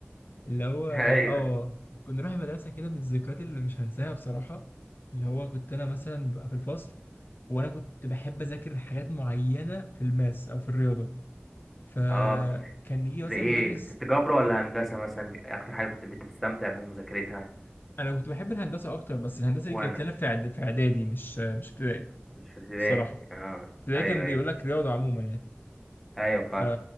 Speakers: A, on the left; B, in the centre.
A: اللي هو
B: <laughs> ايوه
A: اه كنا نروح المدرسة كده من الذكريات اللي مش هنساها بصراحة اللي هو كنت أنا مثلا ببقى في الفصل وأنا كنت بحب أذاكر حاجات معينة في الماس أو في الرياضة فكان
B: اه كنت بتح-
A: يجي
B: زي
A: مثلا
B: ايه
A: مدرس
B: كنت جبر ولا هندسة مثلا اكتر حاجة كنت بتستمتع بمذاكرتها
A: أنا كنت بحب الهندسة أكتر بس الهندسة
B: وانا
A: دي جت لنا في إعد- في إعدادي مش مش ابتدائي
B: مش في ابتدائي
A: الصراحة
B: اه
A: ابتدائي
B: ايوه
A: كان
B: ايوه
A: بيقول لك رياضة عموما يعني
B: ايوه فاهم
A: ف...